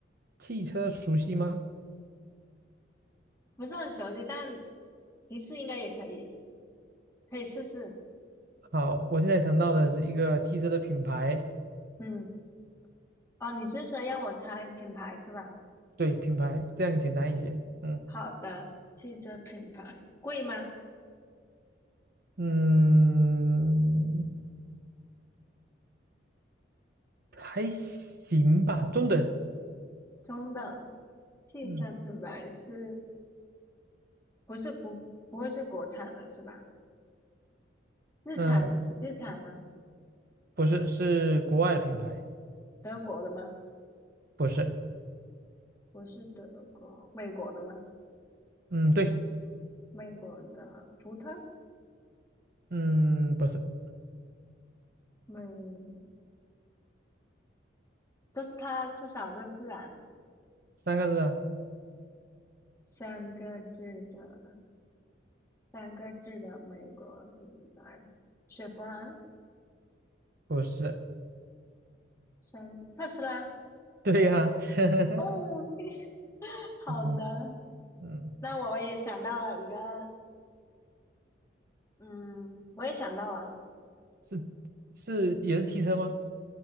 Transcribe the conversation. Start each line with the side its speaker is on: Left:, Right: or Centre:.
Right: 汽车熟悉吗？
Left: 不是很熟悉，但提示应该也可以，可以试试。
Right: 好，我现在想到的是一个汽车的品牌，
Left: 嗯，哦，你是说让我猜品牌是吧？
Right: 对，品牌，这样简单一些，嗯。
Left: 好的，汽车品牌贵吗？
Right: 嗯，还行吧，中等。
Left: 中等，汽车品牌是
Right: 嗯，
Left: 不是不不会是国产的是吧？日产的日产吗？
Right: 呃，不是，是国外的品牌，
Left: 德国的吗？
Right: 不是。
Left: 不是德国，美国的吗？
Right: 嗯，对，
Left: 美国的福特，
Right: 嗯，不是，
Left: 美都是它多少个字啊？
Right: 三个字啊，
Left: 三个字的，三个字的美国品牌，雪佛兰，
Right: 不是。
Left: 三特斯拉。
Right: 对呀、<laughs>
Left: 哦，对 <laughs> 好的，
Right: 嗯嗯，
Left: 那我也想到了一个，嗯，我也想到了，
Right: 是是也是汽车吗？